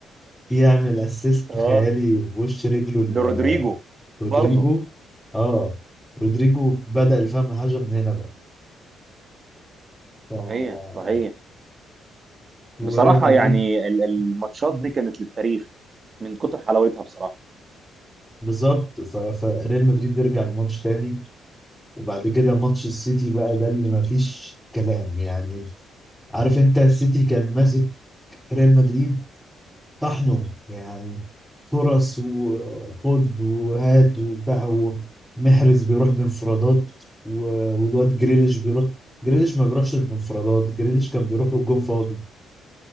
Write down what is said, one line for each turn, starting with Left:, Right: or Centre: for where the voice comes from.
Centre: يعمل اسيست
Right: اه
Centre: خيالي بوش رجله ل-
Right: لرودريجو
Centre: رودريجو
Right: برضه
Centre: اه رودريجو بدأ الفهم الحاجة من هنا بقى ف...
Right: صحيح صحيح
Centre: وريال
Right: بصراحه
Centre: مدريد
Right: يعني ال- الماتشات دي كانت للتاريخ من كتر حلاوتها بصراحه
Centre: بالظبط ف... فريال مدريد يرجع الماتش تاني وبعد كده ماتش السيتي بقى ده اللي مفيش كلام يعني عارف انت السيتي كان ماسك ريال مدريد طحنه يعني فرص وخد وهات وبتاع ومحرز بيروح بانفرادات و- والواد جريليش بيروح جريليش ما بيروحش بانفرادات جريليش كان بيروح والجون فاضي